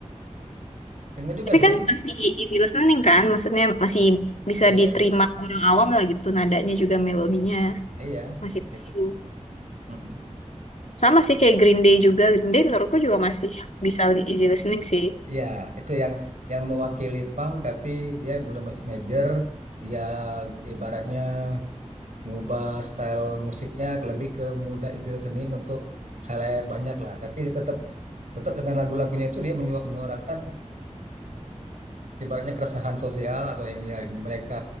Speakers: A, on the right (about 80°); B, on the left (about 70°).
A: Dengar juga
B: Tapi
A: sih.
B: kan masih easy listening kan, maksudnya masih bisa
A: Iya,
B: diterima orang awam lah gitu. Nadanya juga melodinya
A: iya.
B: masih pasu.
A: Gitu. Mm-mm.
B: Sama sih kayak Green Day juga. Green Day menurutku juga masih bisa li- easy listening sih.
A: Iya, itu yang yang mewakili Pang tapi dia yang udah masuk major, dia ibaratnya ngubah style musiknya lebih ke muda Izzy Listening untuk khalayak banyak lah. Tapi dia tetap tetap dengan lagu-lagunya itu dia menyua- menyuarakan ibaratnya keresahan sosial atau yang, yang mereka